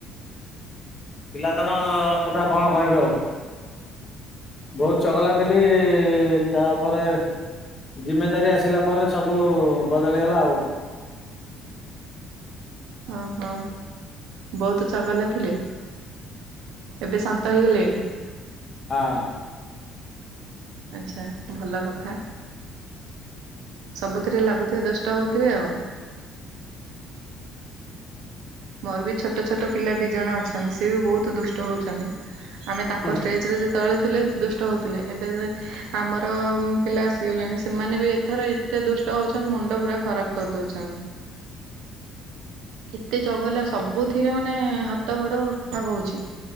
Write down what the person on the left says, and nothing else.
ପିଲାଦାନ କଥା କଣ କହିବି ଆଉ। ବହୁତ ଚଗଲା ଥିଲି, ତାପରେ ଜିମେଦାରି ଆସିଲା ପରେ ସବୁ ବଦଳିଗଲା ଆଉ।
<unintelligible>
ହୁଁ